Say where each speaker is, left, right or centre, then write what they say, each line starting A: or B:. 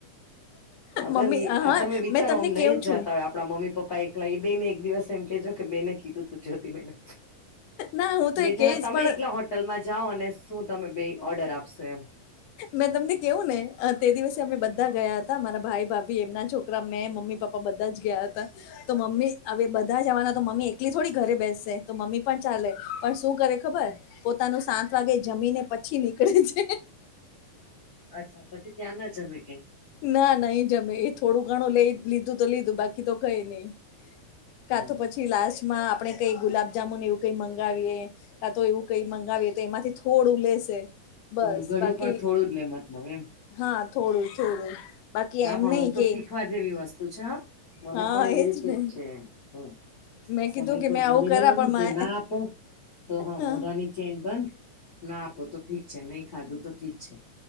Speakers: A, on the left (about 55°); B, on the left (about 75°).
A: અગર
B: મમ્મી
A: એ
B: હા
A: અપ તમે વિચારો
B: મેં તમને
A: આમ નહી
B: કેવું
A: જ
B: છું
A: જાતા હોય આપડા મમ્મી પપ્પા એક નય બે ને એક દિવસ એમ કેહેજો કે બેને કીધું. ત જોતી બેને
B: ના હું તો
A: બે
B: એ
A: જણા
B: કહીશ
A: તમે
B: પણ
A: એકલા હોત ટલમાં જાઓ અને શું તમે બે ઓર્ડર આપશે એમ.
B: મેં તમને કેવું ને તે દિવસે અમે બધા ગયા હતા મારા ભાઈ ભાભી એમના છોકરા મેં મમ્મી પપ્પ મ બધા જ ગયા હતા. તો મમ્મી હવે બધા જવાના તો મમ્મી એકલી થોડી ઘરે બેસે તો મમ્મી પણ ચાલે પણ શું કરે ખબર પોતાનું સાત વાગે જમીને પછી નીકળે છે.
A: અચ્છા પછી ત્યાં ના જમે કઈ.
B: ના નહી જમે એ થોડું ઘણું લઈ લીધું તો લીધું બાકી તો કઈ નહી. કા
A: થોડું
B: તો પછી લાસ્ટમાં આપણે કઈ ગુલાબ જામુન એવું કઈ મંગાવીએ. કા તો એવું કઈ મંગાવીએ તો એમાંથી થોડું લેશે. બસ
A: થોડું ગડિયું
B: બાકી
A: પણ થોડું જ લે મતલબ એમ.
B: હા થોડું થોડું બાકી
A: હા
B: એમ
A: પણ
B: નહિ
A: આમ તો
B: કે
A: શીખવા જેવી વસ્તુ છે હ. મને
B: હા
A: પણ એવી
B: એજ
A: રીતે
B: ને
A: જ છે એમ
B: મેં
A: સમય
B: કીધું કે
A: પર
B: મેં
A: જમી
B: આવું કરા
A: લેવાનું
B: પણ
A: જો
B: મે
A: ના આપો તો હ
B: હા
A: મોઢાની ચેન બંધ ના આપો તો ઠીક છે નહી ખાધું તો ઠીક છે.